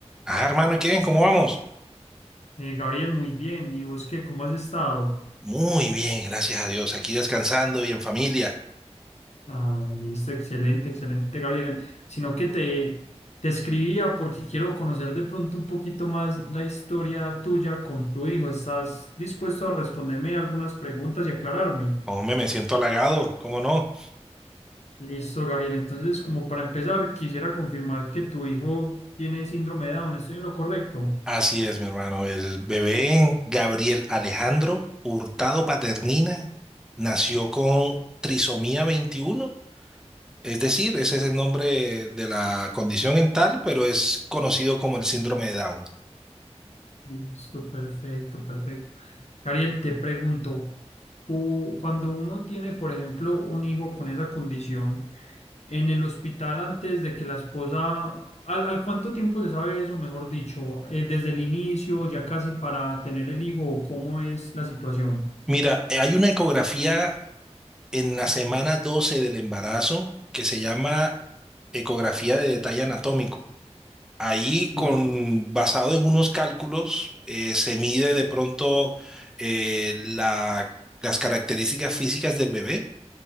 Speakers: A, in the centre; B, on the left.
A: Ah, hermano, ¿y qué? ¿Cómo vamos?
B: Eh, Gabriel, muy bien. ¿Y vos qué? ¿Cómo has estado?
A: Muy bien, gracias a Dios. Aquí descansando y en familia.
B: Ah, listo, excelente, excelente, Gabriel. Sino que te, te escribía porque quiero conocer de pronto un poquito más la historia tuya con tu hijo. ¿Estás dispuesto a responderme algunas preguntas y aclararme?
A: Hombre, me siento halagado, ¿cómo no?
B: Listo, Gabriel. Entonces, como para empezar, quisiera confirmar que tu hijo tiene síndrome de Down. ¿Estoy en lo correcto?
A: Así es, mi hermano. El bebé Gabriel Alejandro Hurtado Paternina nació con trisomía veintiuno, Es decir, ese es el nombre de la condición en tal, pero es conocido como el síndrome de Down.
B: Listo, perfecto, perfecto. Gabriel, te pregunto, u- cuando uno tiene, por ejemplo, un hijo con esa condición en el hospital antes de que la esposa, ¿al, al cuánto tiempo se sabe eso, mejor dicho? Eh, ¿desde el inicio, ya casi para tener el hijo, o cómo es la situación?
A: Mira, hay una ecografía en la semana 12 del embarazo que se llama ecografía de detalle anatómico Ahí, con,
B: Sí,
A: basado en unos cálculos, eh, se mide de pronto eh, la- las características físicas del bebé,